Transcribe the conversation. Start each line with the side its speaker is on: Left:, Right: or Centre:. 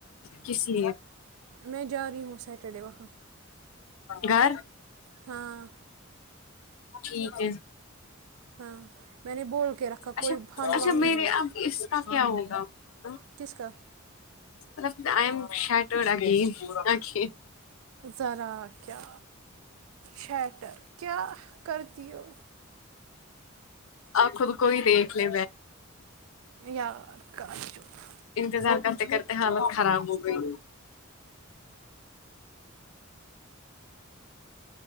Left: کسی
Right: میں جاری ہ سیٹرڈے وہاںاں
Left: گار
Right: ہاں
Left: ٹھیک ہےی
Right: ہاں میں نے بول کے رکھا
Left: اچھا
Right: کوئی بھاند
Left: اچھا
Right: واند نہیں
Left: میرے اب اس کا کیا ہوا ہ
Right: کس کا
Left: مط آئیم شٹو رکھی آکھی
Right: ذرا کیا شیٹر کیایا کرتیو
Left: آ خود کوئی دیکھ لے
Right: یار کر چپ
Left: اننتظار کرتے کرتے حالت خراب ہو گئی